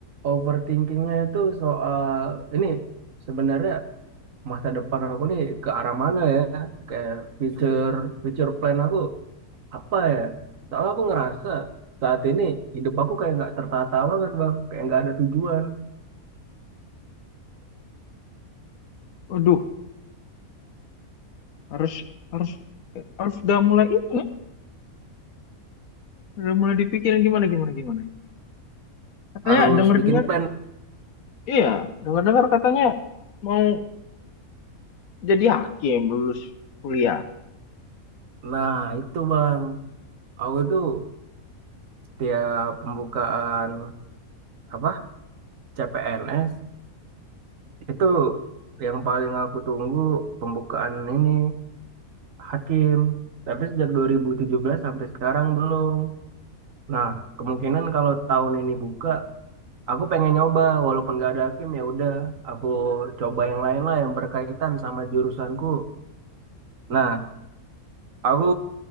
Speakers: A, on the right; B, on the left.
A: overthinkingnya itu soal ini sebenarnya masa depan aku nih ke arah mana ya? Kayak future future plan aku apa ya? Soalnya aku ngerasa saat ini hidup aku kayak nggak tertata banget Bang, kayak nggak ada tujuan.
B: Waduh, harus harus harus udah mulai itu nih. Udah mulai dipikirin gimana gimana gimana. Katanya
A: Harus
B: dengar-dengar,
A: bikin plan.
B: iya, dengar-dengar katanya mau jadi hakim lulus kuliah.
A: Nah itu Bang. Aku tuh tiap pembukaan apa CPNS itu yang paling aku tunggu pembukaan ini hakim. Tapi sejak 2017 sampai sekarang belum. Nah, kemungkinan kalau tahun ini buka, aku pengen nyoba walaupun gak ada hakim ya udah, aku coba yang lain lah yang berkaitan sama jurusanku. Nah, Aku